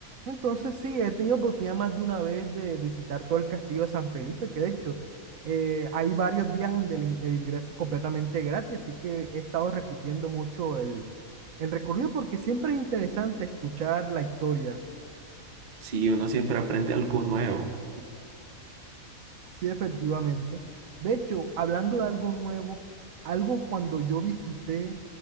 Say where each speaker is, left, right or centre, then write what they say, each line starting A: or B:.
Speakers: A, on the right; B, on the right.
A: Entonces, sí, he tenido oportunidad más de una vez de visitar todo el castillo de San Felipe, que de hecho eh, hay varios días donde el, in- el ingreso es completamente gratis, así que he estado repitiendo mucho el, el recorrido porque siempre es interesante escuchar la historia.
B: Sí, uno siempre aprende algo nuevo.
A: Sí, efectivamente. De hecho, hablando de algo nuevo, algo cuando yo visité